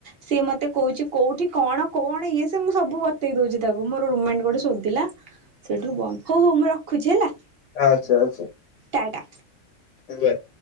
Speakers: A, on the right; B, on the left.
A: ସିଏ ମତେ କହୁଚି କୋଉଠି କଣ କଣ ଇଏ ସ ମୁଁ ସବୁ ବତେଇ ଦଉଚି ତାକୁ ମୋର ରୋମଣ୍ଟ ଗୋଟେ ଶଧ ଥିଲା ସେଠୁ ବନ୍ଦ ହଉ ହଉ ମୁଁ ରଖୁଚି ହେଲା।
B: ଆଛା ଆଛା।
A: ଟାଟା।
B: ଆଜ୍ଞା।